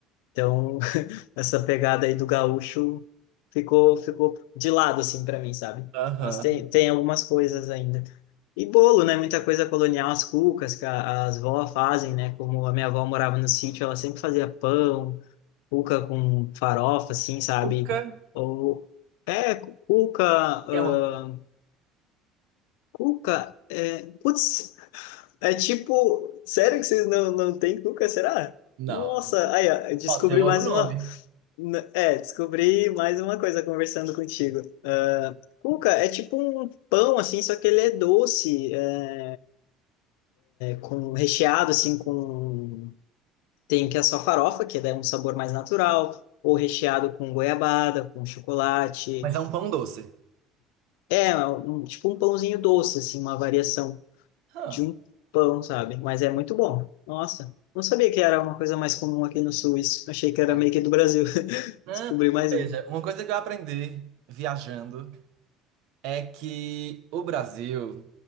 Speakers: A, on the left; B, on the right.
A: Então, essa pegada aí do gaúcho ficou ficou de lado assim para mim, sabe?
B: Aham.
A: Mas tem tem algumas coisas ainda. E bolo, né? Muita coisa colonial, as cucas que a- as vó fazem, né? Como a minha avó morava no sítio, ela sempre fazia pão, cuca com farofa, assim, sabe?
B: Cuca
A: Ou é cuca, ah,
B: É um...
A: cuca, é, putz, é tipo, sério que vocês não não tem cuca, será?
B: Não,
A: Nossa, aí ó, eu descobri
B: pode ser um outro
A: mais
B: nome,
A: uma N- É, descobri mais uma coisa conversando contigo. Ah, cuca é tipo um pão, assim, só que ele é doce, é, com recheado, assim, com... Tem que é só farofa, que dá um sabor mais natural, ou recheado com goiabada, com chocolate.
B: mas é um pão doce.
A: É, é um- tipo um pãozinho doce, assim, uma variação
B: Hã,
A: de um pão, sabe? Mas é muito bom. Nossa, não sabia que era uma coisa mais comum aqui no Sul, isso. Achei que era
B: é,
A: meio que do Brasil. <laughs>
B: né?
A: Descobri mais
B: Veja,
A: uma.
B: uma coisa que eu aprendi viajando é que o Brasil,